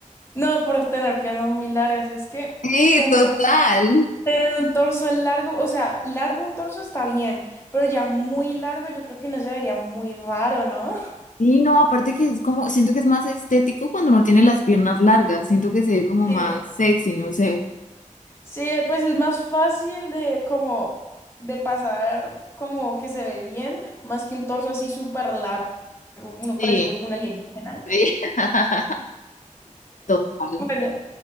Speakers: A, on the left; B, on the left.
A: No por tener piernas muy largas, es que
B: Sí,
A: tener,
B: total.
A: tener un torso largo, o sea, largo un torso está bien, pero ya muy largo yo creo que no se vería muy raro, ¿no?
B: Sí, no, aparte que es como, siento que es más estético cuando no tiene las piernas largas, siento que se ve como más
A: <laughs> Sí.
B: sexy, no sé.
A: Sí, eh, pues es más fácil de como de pasar como que se ve bien, más que un torso así súper largo. Uno
B: Sí.
A: parece hoy un alienígena.
B: sí.
A: <laughs>
B: <laughs> Total.
A: Bueno,